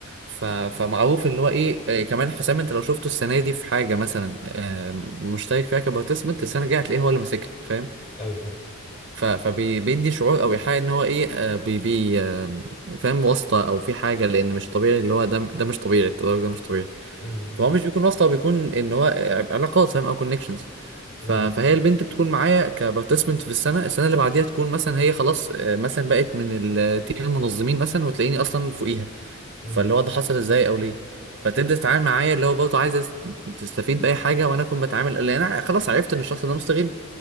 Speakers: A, on the right (about 50°); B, on the left (about 40°).
A: ف... فمعروف اللي هو ايه آه، كمان حسام انت لو شفته السنة دي في حاجة مثلا آه مشترك فيها كبارتيسيبنت السنة الجاية هتلاقيه هو اللي ماسكها فاهم
B: ايوه فاهم
A: ف... فبيدي شعور او ايحاء ان هو ايه آه بي... بي... آه فاهم واسطة او في حاجة لان مش طبيعي اللي هو ده ده مش طبيعي التدرج ده مش طبيعي
B: امم
A: فهو مش بيكون واسطة هو بيكون ان هو علاقات فاهم او كونكشنز ف...
B: امم
A: فهي البنت بتكون معايا كبارتيسيبنت في السنة السنة اللي بعديها تكون مثلا هي خلاص آه، مثلا بقت من التيم المنظمين مثلا وتلاقيني اصلا فوقيها
B: امم
A: فاللي هو ده حصل ازاي او ليه فتبدأ تتعامل معايا اللي هو برضه عايز تستفيد بأي حاجة وانا اكون بتعامل لان انا خلاص عرفت ان الشخص ده مستغل